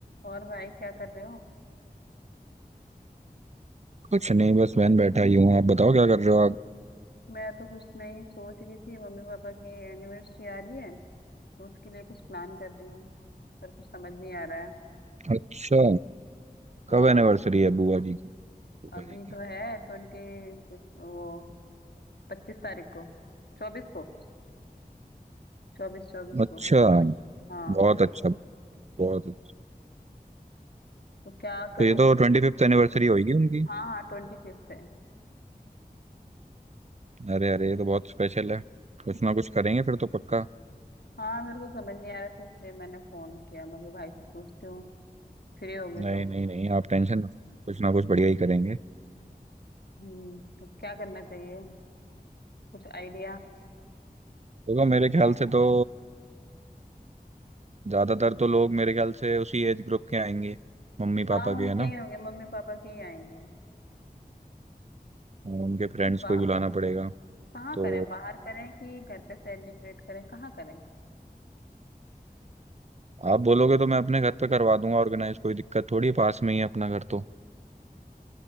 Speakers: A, on the left (about 85°); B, on the right (about 45°).
A: और भाई क्या कर रहे हो
B: कुछ नहीं बस बहन बैठा ही हूँ आप बताओ क्या कर रहे हो आप
A: मैं तो कुछ नहीं सोच रही थी मम्मी पापा की एनिवर्सरी आ रही है तो उसके लिए कुछ प्लान कर रही हूँ पर कुछ समझ नहीं आ रहा है
B: अच्छा
A: हाँ
B: कब एनिवर्सरी है बुआ जी की
A: अभी
B: बुआ जी की
A: तो है ट्वेंटी सिक्स, वो पच्चीस तारीख को चौबीस को चौबीस चौबीस
B: अच्छा
A: को 20 हाँ
B: बहुत अच्छा बहुत अच्छा
A: तो क्या करूँ
B: तो ये तो ट्वेंटी फिफ्थ एनिवर्सरी होगी उनकी
A: हाँ हाँ ट्वेंटी फिफ्थ है
B: अरे अरे ये तो बहुत स्पेशल है कुछ ना कुछ करेंगे फिर तो पक्का
A: हाँ मेरे को समझ नहीं आ रहा था इसलिए मैंने फोन किया मैं कहा, भाई से पूछती हूँ फ्री होंगे
B: नहीं
A: तो
B: नहीं नहीं आप टेंशन मत लो, कुछ ना कुछ बढ़िया ही करेंगे
A: हम्म तो क्या करना चाहिए कुछ आइडिया
B: देखो मेरे ख्याल
A: है
B: से तो ज्यादातर तो लोग मेरे ख्याल से उसी एज ग्रुप के आएंगे मम्मी
A: हाँ
B: पापा
A: उनके
B: के है
A: ही
B: ना
A: होंगे मम्मी पापा के ही आएंगे
B: उनके फ्रेंड्स
A: तो बा,
B: को ही बुलाना पड़ेगा
A: कहाँ
B: तो
A: करें बाहर करें कि घर पे सेलिब्रेट करें कहाँ करें
B: आप बोलोगे तो मैं अपने घर पे करवा दूंगा ऑर्गेनाइज कोई दिक्कत थोड़ी पास में ही है अपना घर तो